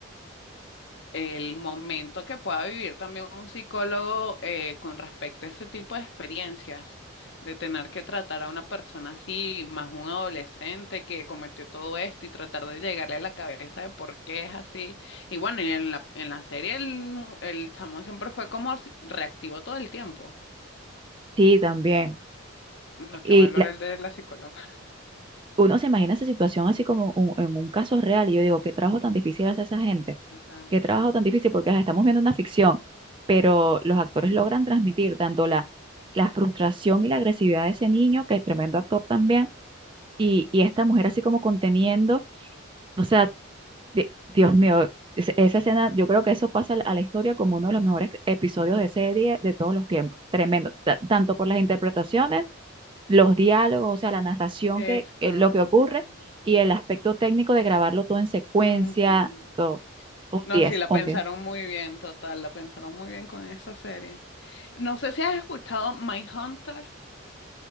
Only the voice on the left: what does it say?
el momento que pueda vivir también un psicólogo eh, con respecto a ese tipo de experiencias, de tener que tratar a una persona así, más un adolescente que cometió todo esto y tratar de llegarle a la cabeza de por qué es así. Y bueno, y en la, en la serie el, mu- el chamo siempre fue como si- reactivo todo el tiempo.
No,
qué valor
el de la psicóloga.
Total.
Esto,
los
de ahí.
Ujú.
No,
sí, la
pensaron
muy bien, total, la pensaron muy bien con esa serie. No sé si has escuchado Hunter,